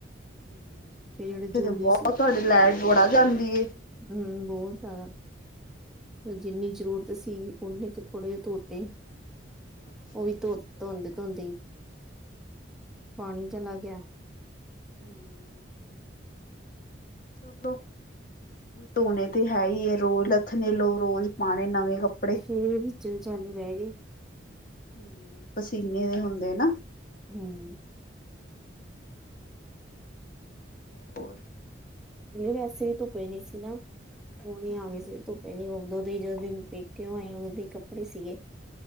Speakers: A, on the left; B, in the centre.
A: ਹਮ
B: ਜਿਹੜੇ
A: ਇੱਥੇ
B: ਜ਼ਰੂਰੀ
A: ਤੇ ਬਹੁਤ ਤੁਹਾਡੀੇ ਲਾਈਟ ਵੜਾ ਜਾਂਦੀ ਏ
B: ਹਮ ਬਹੁਤ ਆ ਤ ਜਿੰਨੀ ਜ਼ਰੂਰਤ ਸੀ ਉਨੇ ਕੁ ਥੋੜੇ ਜਿਹੇ ਧੋਤੇ
A: ਅੱਛਾ
B: ਉਹ ਵੀ ਧੋ ਧੋਂਦੇ ਧੋਂਦੇ ਹੀ ਪਾਣੀ ਚਲਾ ਗਿਆ
A: ਹਮ ਚਲੋ ਧੋਣੇ ਤੇ ਹੈ ਹੀ ਰੋਜ਼ ਲੱਥ ਨੇ ਲੋ ਰੋਜ਼ ਪਾਣੇ ਨਵੇਂ ਕੱਪੜੇ
B: ਫੇ ਵਿੱਚੋਂ ਚਾਲੂ ਰਹਿ ਗਏ
A: ਹਮ ਪਸੀਨੇ ਦੇ ਹੁੰਦੇ ਨਾ
B: ਹਮ
A: ਹੋਰ
B: ਵੈਸੇ ਵੀ ਧੁੱਪੇ ਨੀ ਸੀ ਨਾ ਹੁ ਨ
A: ਹੂੰ-ਹੂੰ
B: ਆਵੇ ਸੀ ਧੁੱਪ ਪਹਿੰਦੀ ਉਦੋਂ ਦੇ ਹੀ ਜਦੋਂ ਦੀ ਪੇਕੇ ਹੋਈ ਉਦੋਂ ਦੇ ਹੀ ਕੱਪੜੇ ਸੀਗੇ